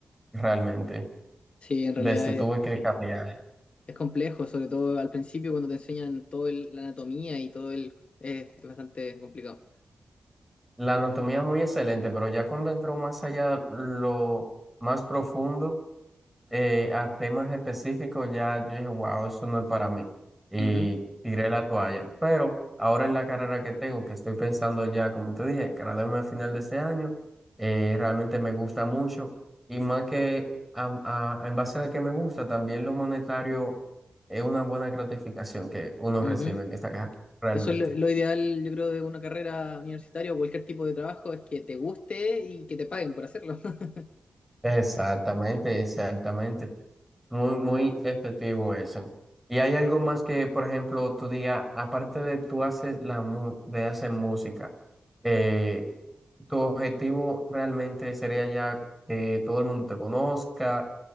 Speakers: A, in the centre; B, on the left.
A: realmente.
B: Sí, en
A: Decí,
B: realidad es,
A: tuve que cambiar.
B: es complejo, sobre todo al principio cuando te enseñan toda la anatomía y todo el... Es, es bastante complicado.
A: La anatomía muy excelente, pero ya cuando entró más allá, lo más profundo. eh, a temas específicos ya yo dije, wow, eso no es para mí. Y
B: Ujú,
A: tiré la toalla. Pero ahora en la carrera que tengo, que estoy pensando ya, como te dije, graduarme a final de este año, eh, realmente me gusta mucho. Y más que a- a- en base a que me gusta, también lo monetario es una buena gratificación que uno
B: ujú.
A: recibe en esta carrera, realmente.
B: Eso es lo, lo ideal, yo creo, de una carrera universitaria o cualquier tipo de trabajo, es que te guste y que te paguen por hacerlo. <laughs>
A: Exactamente, exactamente. Muy, muy efectivo eso. ¿Y hay algo más que, por ejemplo, tú digas, aparte de tú hacer la mu- de hacer música, eh, tu objetivo realmente sería ya que todo el mundo te conozca,